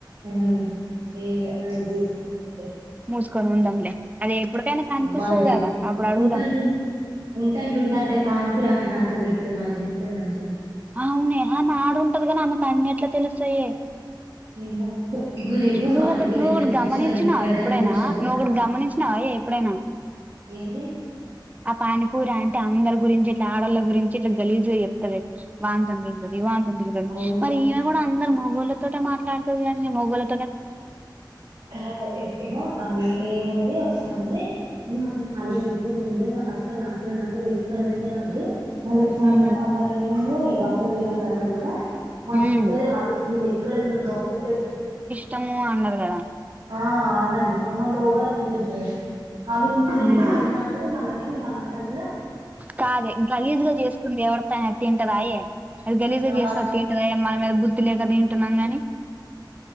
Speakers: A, on the right; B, on the right.
A: హ్మ్ ఏంలే మన ఇచ్చాపోతమ్
B: మూసుకొని ఉందాంలే అది ఎప్పటికైనా కనిపిస్తుంది
A: మనకెంత
B: కదా అప్పుడు అడుగుదాం
A: ఉంటాంటు ఉంటాంట ఉంటే అంటే పానీపూరీ ఆంటికి అంత తెలుతుంది మనకి చెప్తే మంచిగా
B: అవునుఏ ఆమె ఆడుంటది కాని ఆమెకు అన్నేట్ల తెలుస్తాయే
A: ఏమో పు ఇగ్గో రేపు
B: నువ్వు
A: పానీపూరి
B: ఒకటి నువ్వు
A: తింటానికి
B: ఒకటి
A: వచ్చి
B: గమనించినావా
A: వాళ్ళ ఇంటి మీద
B: ఎప్పుడైనా
A: గల్లీ నుంచి వద్దామా
B: నువ్వు ఒకటి గమనించినావాయే ఎప్పుడైనా
A: ఏంటిది
B: ఆ పానీపూరీ ఆంటీ అందరి గురించి ఇట్లా ఆడళ్ళ గురించి ఇట్లా గలీజుగా చెప్తుంది వాంత <unintelligible> నివాంతి ఉంటుంది
A: అవును
B: మరి ఈమె కూడా అందరు
A: అవును
B: మొగాళ్ళతోటే మాట్లాడుతది కానీ మోగోళ్ళ
A: ఆ కాదు ఎట్టిగా ఆమె ఏమన్నది ఒకస తరన్నది నేను అసలు హాలీమ్ ఎప్పుడు తినలే నాకు అస్సలు నచ్చనేనచ్చదు ఎక్కడ తినలేదన్నది. మళ్ళీ ఒకసారి
B: ఉమ్
A: అమ్మాయి అమ్మళ దేముందో ఈ బక్కది పోయినప్పుడు అన్నది కదా మస్తు
B: ఉమ్
A: ఉంటది హలీము నేనేక్కడ నేను డాకుప్లేషన్
B: చమ్ము అన్నారు కదా
A: ఆ అన్నది ఆమ్ మల్ల ఓవర్ యాక్షన్ చెప్తాది హాలీముడు నేను
B: ఉమ్
A: ఇప్పుడే తిన్న అంటది మళ్ళ మేము మొన్న అంటది గద
B: కాదే గలీజ్ గా చేసుకుంది ఎవరితోఐనా తింటదా ఏ అది గలీజగా
A: ఆ
B: చేస్తే అది తింటద మన మీద బుద్ధి లేకదా తింటున్నాం కాని